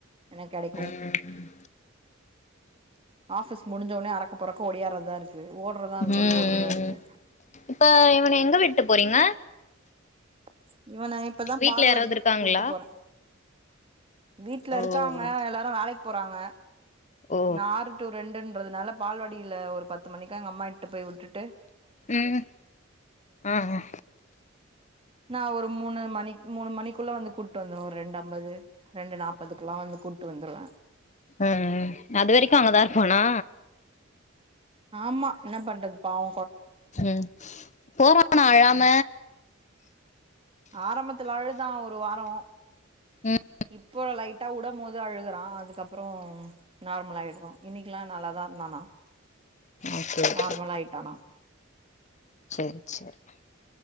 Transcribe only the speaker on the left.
ம்
ம்
ம்
ம் இப்ப இவன எங்க விட்டு போறீங்க
வீட்ல
யாராவது இருக்காங்களா
ஓ
ஓ
உம் ஆ அ
ம் அது வரைக்கு அங்கதா இருப்பானா
ம் போறனா அழாம
ம்
ஓகே ஓகே
சேரி சேரி